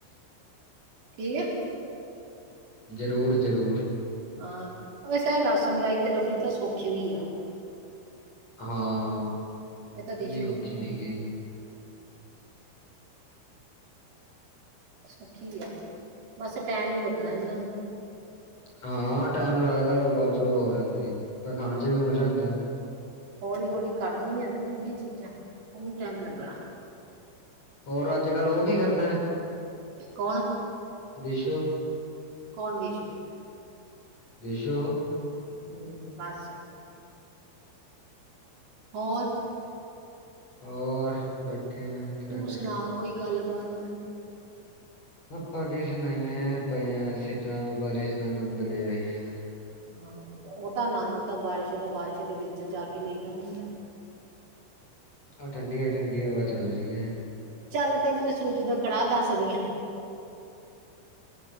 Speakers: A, on the right; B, on the left.
A: ਠੀਕ ਹੈ
B: ਜ਼ਰੂਰ -ਜ਼ਰੂਰ
A: ਹਾਂ, ਵੈਸੇ ਰਸ ਮਲਾਈ ਤੇ ਰਬੜੀ ਤਾਂ ਸੌਖੀ ਅਈ ਆ
B: ਹਾਂ,
A: ਇਹ ਤਾਂ ਦਿਸ਼ੂ
B: ਇਹਨੀ
A: ਵੀ
B: ਔਖੀ
A: ਬਣਾ
B: ਨੀ
A: ਲੂ
B: ਗੀ
A: ਸੋਖੀ ਆ, ਬਸ ਟਾਈਮ ਹੀ ਲੱਗਣਾ ਇਹਨਾਂ ਨੂੰ
B: ਹਾਂ, ਟਾਈਮ ਲੱਗਦਾ ਉਹ ਬਾਅਦ ਚੋਂ ਹੋ ਜਾਂਦੀ ਏ, ਪਰ ਖਾਣ ਚ ਵੀ ਮਜ਼ਾ ਆਂਦਾਏ।
A: ਹੌਲੀ-ਹੌਲੀ ਕਰਨੀ ਆ ਨਾ ਜਿਹੜੀਆਂ ਚੀਜ਼ਾਂ, ਉਹਨੂੰ ਟਾਈਮ ਲੱਗਣਾ।
B: ਹੋਰ, ਅੱਜ ਕੱਲ ਉਹ ਕੀ ਕਰਦਾ ਐ?
A: ਕੌਣ?
B: ਦੀਸ਼ੂ
A: ਕੌਣ ਦੀਸ਼ੂ?
B: ਦੀਸ਼ੁ।
A: ਹੂ ਬਸ।
B: <inaudible>
A: ਹੋਰ?
B: ਹੋਰ ਬੈਠੇ ਆ। ਕਿਆ
A: ਤੂੰ
B: ਕਰਨਾ
A: ਸੁਣਾ ਕੋਈ ਗੱਲ ਬਾਤ ਹੁਣ?
B: ਆਪਾਂ ਕੀ ਸੁਣਾਈਏ, ਪਏ ਆ ਅਸੀਂ ਤਾਂ, ਬਾਰਿਸ਼ ਦਾ ਆਨੰਦ ਲੈ ਰਹੇ ਹਾਂ।
A: ਹਾਂ, ਉਹ ਤਾਂ ਆਨੰਦ ਤਾਂ ਬਾਰਿਸ਼ ਦਾ ਬਾਰਿਸ਼ ਦੇ ਵਿੱਚ ਜਾ ਕੇ ਲਈ ਦਾ ਹੁੰਦਾ।
B: ਓ ਠੰਡੀ-ਠੰਡੀ ਹਵਾ ਚੱਲ ਰੀ ਐ।
A: ਚੱਲ ਤੈਨੂੰ ਮੈਂ ਸੂਜੀ ਦਾ ਕੜਾਹ ਦੱਸਦੀ ਆਂ।